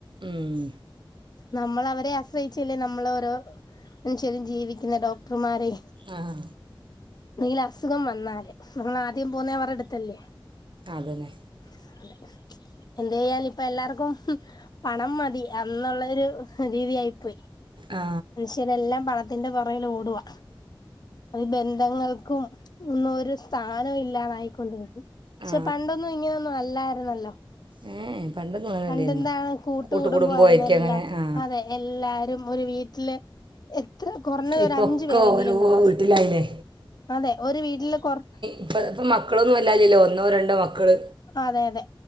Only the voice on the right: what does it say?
ഉം.
ആഹ്
അതന്നെ.
ആ
ആ
ഏഹ് ഏ. പണ്ടൊന്നും അങ്ങനെയല്ലായിരുന്നു
കൂട്ടുകുടുംബമായിട്ട്
അങ്ങനെ ആ
ഇപ്പോൾ ഒക്കെ
ഓരോ
വീട്ടിലായില്ലേ
ഇപ്പ ഇപ്പ മക്കളൊന്നും വല്യാ ഇല്ലല്ലോ ഒന്നോ രണ്ടോ മക്കള്